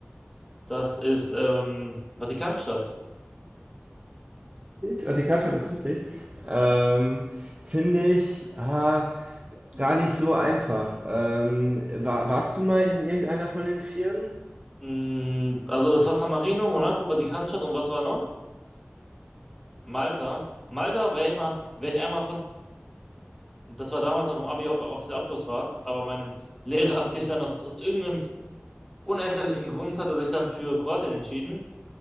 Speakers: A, in the centre; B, on the right.
A: das ist ähm, Vatikanstadt.
B: Vatikanstadt ist richtig. Ähm, finde ich ah, gar nicht so einfach. Ähm, war, warst du mal in irgendeiner von den Vieren?
A: Mm, Also es war San Marino, Monaco, Vatikanstadt und was war noch? Malta. Malta wäre ich mal, wäre ich einmal fast, das war damals noch im Abi auf der Abschlussfahrt, aber mein Lehrer hat sich dann aus, aus irgendeinem unerklärlichen Grund hat er sich dann für Kroatien entschieden.